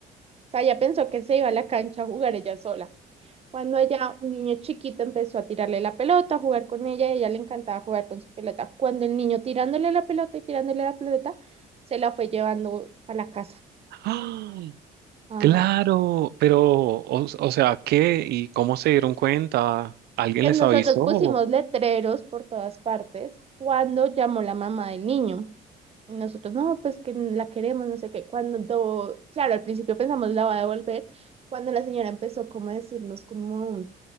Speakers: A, on the right (about 35°); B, on the right (about 70°).
A: O sea, ella pensó que se iba a la cancha a jugar ella sola. Cuando ella, un niño chiquito, empezó a tirarle la pelota, a jugar con ella, y a ella le encantaba jugar con su pelota. Cuando el niño tirándole la pelota y tirándole la pelota, se la fue llevando a la casa.
B: ¡Ah!
A: Ajá.
B: Claro, pero, o, o sea, ¿qué? ¿Y cómo se dieron cuenta? ¿Alguien
A: Pues
B: les
A: nosotros
B: avisó?
A: pusimos letreros por todas partes cuando llamó la mamá del niño. Y Nosotros, no, pues que la queremos, no sé qué. Cuando, claro, al principio pensamos la va a devolver, cuando la señora empezó como a decirnos como,